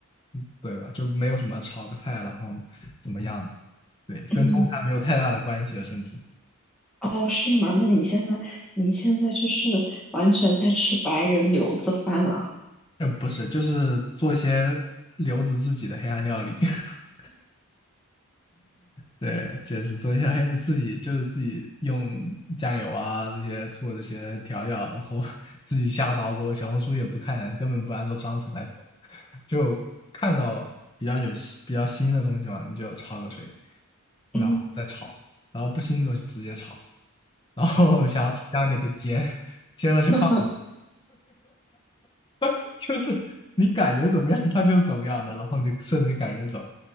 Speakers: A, on the left (about 20°); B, in the centre.
A: 嗯对吧？就没有什么炒个菜，然后怎么样的，对，就跟中餐没有太大的关系了，
B: 嗯，
A: 甚至。
B: 哦，是吗？那你现在你现在就是完全在吃白人留子饭啊？
A: 嗯，不是，就是做一些留子自己的黑暗料理，<laughs> 对，就是做一些黑自己，就是自己用酱油啊这些醋这些调料，然后 <laughs> 自己瞎捣鼓，小红书也不看，根本不按照章程来走，就看到比较有新比较新的东西嘛，你就焯个水，然后再炒，
B: 嗯
A: 然后不新的东西直接炒，然后 <laughs> 想要吃香一点就煎，煎了就放。
B: <laughs>
A: <laughs> 就是你感觉怎么样，它就是怎么样的，然后你顺着感觉走，